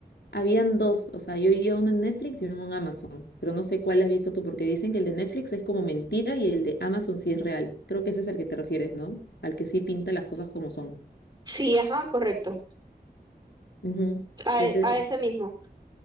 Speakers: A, on the left; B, on the right.
A: habían dos, o sea, yo vi uno en Netflix y uno en Amazon, pero no sé cuál has visto tú, porque dicen que el de Netflix es como mentira y el de Amazon sí es real. Creo que ese es el que te refieres, ¿no? Al que sí pinta las cosas como son.
B: sí, ajá, correcto,
A: Ujú.
B: a,
A: Que ese,
B: e- a ese mismo.